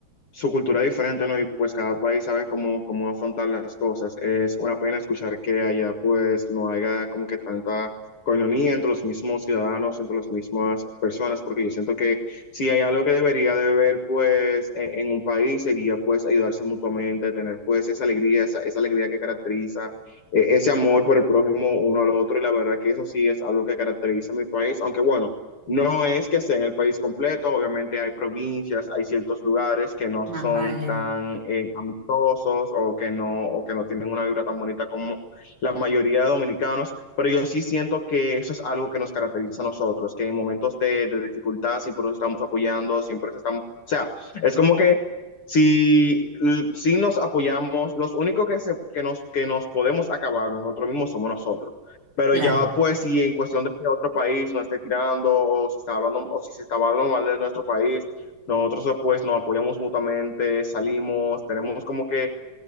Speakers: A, on the left; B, on the right.
A: su cultura diferente, ¿no? Y pues cada país sabe cómo, cómo afrontar las cosas. Es una pena escuchar que allá pues no haya como que tanta coinonía entre los mismos ciudadanos, entre las mismas personas, porque yo siento que si hay algo que debería de haber pues en, en un país sería pues ayudarse mutuamente, tener pues esa alegría, esa, esa alegría que caracteriza e- ese amor por el prójimo uno al otro y la verdad que eso sí es algo que caracteriza a mi país, aunque bueno, no es que sea en el país completo, obviamente hay provincias, hay ciertos lugares que no
B: Más
A: son
B: vale,
A: tan eh, amistosos o que no, o que no tienen una vibra tan bonita como la mayoría de dominicanos, pero yo sí siento que eso es algo que nos caracteriza a nosotros, que en momentos de, de dificultad siempre nos estamos apoyando, siempre nos estamos, o sea, es como que si, si nos apoyamos, los únicos que, se- que, nos, que nos podemos acabar nosotros mismos somos nosotros. Pero
B: claro,
A: ya pues si en cuestión de que otro país nos esté tirando o si está hablando o si se está hablando mal de nuestro país, nosotros pues nos apoyamos mutuamente, salimos, tenemos como que eh,